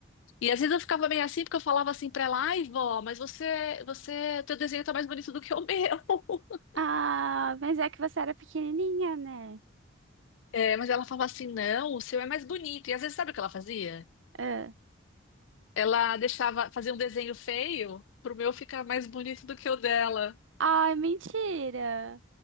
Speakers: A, on the left; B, on the right.
A: E às vezes eu ficava meio assim, porque eu falava assim pra ela, ai, vó, mas você, você, teu desenho tá mais bonito do que o meu. <laughs>
B: Ah, mas é que você era pequenininha, né?
A: É, mas ela falava assim, não, o seu é mais bonito. E às vezes sabe o que ela fazia?
B: Ah.
A: Ela deixava, fazia um desenho feio pro meu ficar mais bonito do que o dela.
B: Ai, mentira.